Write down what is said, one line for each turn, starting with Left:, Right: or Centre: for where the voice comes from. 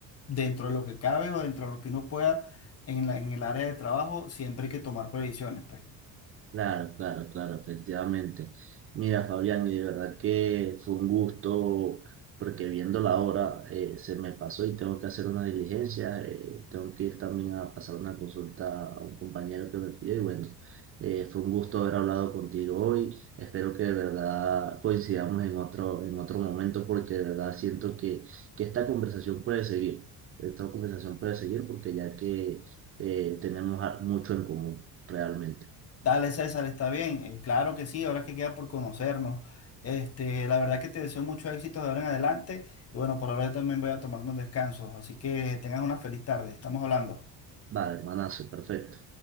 Left: dentro de lo que cabe o dentro de lo que uno pueda en la- en el área de trabajo, siempre hay que tomar previsiones, pues.
Right: Claro, claro, claro, efectivamente. Mira, Fabián, y de verdad que fue un gusto, porque viendo la hora eh, se me pasó y tengo que hacer una diligencia, eh, tengo que ir también a pasar una consulta a un compañero que me pidió y bueno, eh, fue un gusto haber hablado contigo hoy. Espero que de verdad coincidamos en otro, en otro momento porque de verdad siento que, que esta conversación puede seguir, esta conversación puede seguir porque ya que eh, tenemos a- mucho en común, realmente.
Left: Dale, César, está bien. eh, claro que sí, ahora que queda por conocernos. Este, la verdad que te deseo mucho éxito de ahora en adelante. Y bueno, por ahora yo también voy a tomarme un descanso. Así que tengas una feliz tarde. Estamos hablando.
Right: Vale, hermanazo, perfecto.